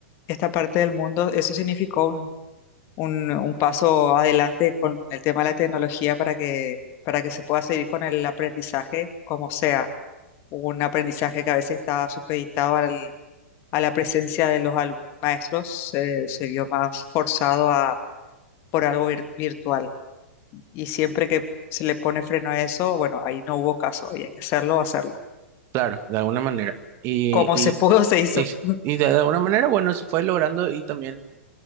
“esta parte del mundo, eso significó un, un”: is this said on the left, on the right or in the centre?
Left